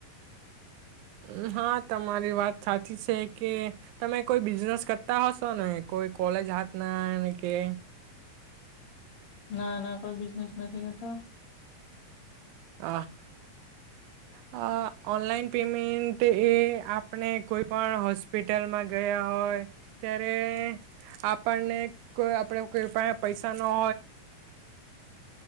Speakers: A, on the right; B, on the left.
A: ઉમ, હા તમારી વાત સાચી છે કે તમે કોઈ બિઝનેસ કરતા હશો ને કોઈ કોલેજ હાથ ના કે
B: ના ના કોઈ બિઝનેસ નથી કરતા.
A: હ હા ઓનલાઈન પેમેન્ટ એ આપણે કોઈ પણ હોસ્પિટલમાં ગયા હોય. ત્યારે આપણને કોઈ આપડ કોઈપાસે પૈસા ના